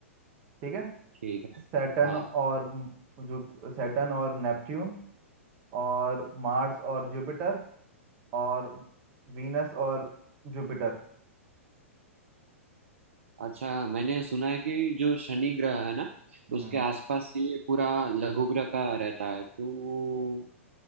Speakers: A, on the right; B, on the right.
A: ठीक है
B: ठीक है
A: सैटर्न
B: हाँ
A: और म- जु सैटर्न और नेपट्यून और मार्स और जुपिटर और वीनस और जुपिटर
B: अच्छा मैंने सुना है कि जो शनि ग्रह है ना
A: हम्म
B: उसके आसपास ये पूरा लघु ग्रह का रहता है तो